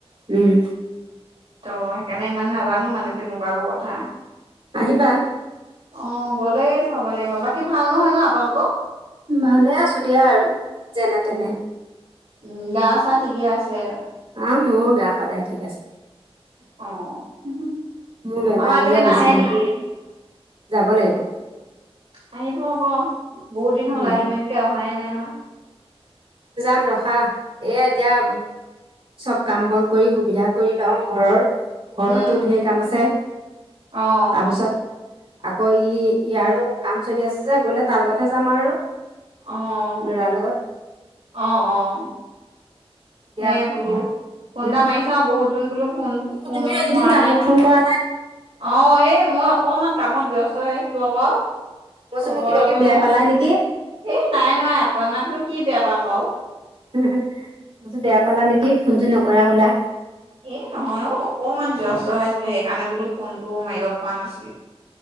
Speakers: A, on the right (about 60°); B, on the right (about 75°).
A: উম।
B: ত সেইকাৰণে ইমান নাজানো মানে তেনেকুৱাবোৰ কথা।
A: আহিবা
B: অ গ'লেই চাব লাগিব, বাকী ভাল নহয় ন আপোনালোকৰ?
A: ভালে আছো দিয়া আৰু যেনে তেনে।
B: উম, উম, গা চা ঠিকে আছে?
A: অহ মোৰ গা সদায় ঠিক আছে।
B: অ'।
A: মোৰ বেমাৰ
B: আমাৰ এইপিনে
A: আজাৰ
B: নাহে
A: বেছি নাই,
B: নেকি?
A: যাব লাগিব।
B: আহিব আকৌ বহুত দিন হ'ল
A: যাব
B: আহিম আহিমকে অহাই নাই নহয়।
A: যাম ৰখা এয়া এতিয়া চব কাম বন কৰি সুবিধা কৰি লওঁ ঘৰৰ, ঘৰতো
B: উম,
A: ধে কাম আছে।
B: অ',
A: তাৰপিছত আকৌ ই ইয়াৰো আৰু কাম চলি আছে যে গ'লে তাৰ লগতহে যাম আৰু।
B: অ'।
A: <unintelligible> লগত।
B: অ', অ'।
A: এতিয়া
B: হেই বোলো
A: ঘৰ
B: ফোন
A: উম
B: এটা মাৰিছাও বহুত দিন বোলো ফোন
A: অ
B: ফোন
A: তুমি এইকেইদিন
B: মৰা
A: কাম
B: নাই।
A: ফোন কৰা নাই
B: অ', এই মই অকণমান কামত ব্যস্ত হৈ আছিলো আকৌ।
A: মই কৈছো
B: খবৰ
A: মোক কিবা
B: ল'বলৈ
A: কিবি বেয়া পালাই নেকি
B: এ নাই নাই আপোনাকনো কি বেয়া পাম বাৰু।
A: মই ভাবিছো বেয়া পালা নেকি ফোন চোন নকৰা হ'লা।
B: এ নহয় অ' অকণমান ব্যস্ত হৈ আছিলো সেইকাৰণে বোলো ফোনটো মাৰিব পৰা নাছিলো।